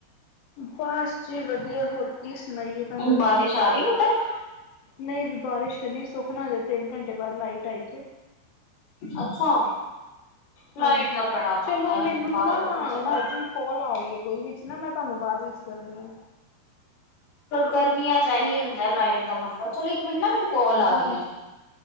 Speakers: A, on the left; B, on the left.
A: ਬਸ ਜੀ ਵਧੀਆ ਹੋਰ ਕੀ ਸੁਣਾਈਏ ਤੁਹਾਨੂੰ
B: ਬਾਰਿਸ਼ ਆ ਰਹੀ ਉੱਧਰ
A: ਨਹੀਂ ਜੀ ਬਾਰਿਸ਼ ਤੇ ਨਹੀਂ ਸੁਖਨਾ ਹਜੇ ਤਿੰਨ ਘੰਟੇ ਬਾਅਦ ਲਾਈਟ ਆਈ ਜੇ।
B: ਅੱਛਾ। ਲਾਈਟ
A: ਹਾਂਜੀ
B: ਦਾ ਬੜਾ
A: ਚਲੋ
B: ਪੰਗਾ ਹੈ।
A: ਮੈਨੂੰ ਨਾ
B: ਉੱਥੇ ਚ ਨਾ
A: ਅਰਜਨਟ। ਕੋਲ ਆ ਰਹੀ ਹੈ ਕੋਈ ਵੀ ਵਿੱਚ ਨਾ ਮੈਂ ਤੁਹਾਨੂੰ ਬਾਅਦ ਵਿੱਚ ਕਰਦੀ ਹਾਂ।
B: ਗਰਮੀਆਂ ਚ ਇਹੀ ਹੁੰਦਾ ਲਾਈਟ ਦਾ ਪੰਗਾ ਚਲੋ ਇੱਕ ਮਿੰਟ ਨਾ ਮੈਨੂੰ ਕਾਲ ਆ
A: ਹਾਂਜੀ
B: ਰਹੀ ਹੈ।